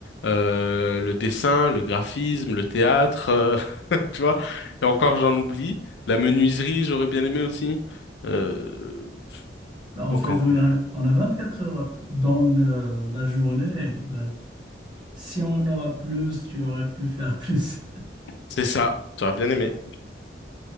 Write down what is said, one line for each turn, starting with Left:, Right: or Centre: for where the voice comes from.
Left: euh, le dessin, le graphisme, le théâtre, euh, <laughs> tu vois. Et encore, j'en oublie. La menuiserie, j'aurais bien aimé aussi. Euh,
Right: en
Left: donc
Right: fait,
Left: en
Right: on
Left: vrai,
Right: a, on a 24 heures dans le- la journée. Là, si on en aura plus, tu aurais pu faire <laughs> plus.
Left: c'est ça. J'aurais bien aimé.